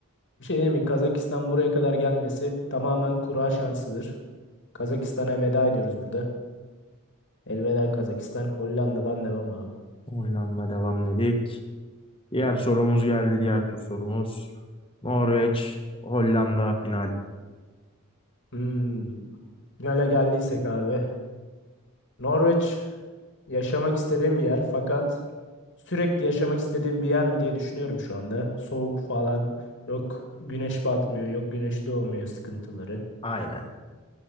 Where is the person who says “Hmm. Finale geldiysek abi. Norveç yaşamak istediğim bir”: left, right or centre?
Left